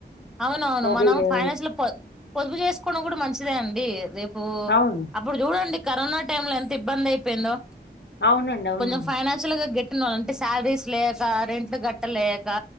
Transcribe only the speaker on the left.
ఒక
యా
అవును.
అవునండి. అవునవును.